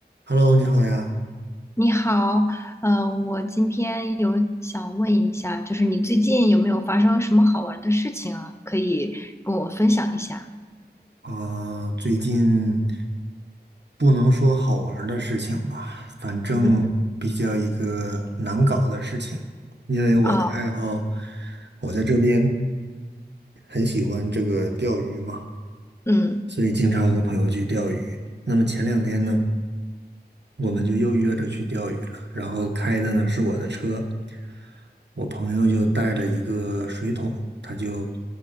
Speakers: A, on the right; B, on the left.
A: Hello，你好呀。
B: 你好，呃，我今天有想问一下，就是你最近有没有发生什么好玩的事情啊？可以跟我分享一下。
A: 啊、最近不能说好玩儿的事情吧，反正比较一个难搞的事情。
B: 嗯，
A: 因为我的爱好，
B: 哦，
A: 我在这边很喜欢这个钓鱼嘛，
B: 嗯
A: 所以经常和朋友去钓鱼。那么前两天呢，我们就又约着去钓鱼了。然后开的呢是我的车，我朋友就带了一个水桶，他就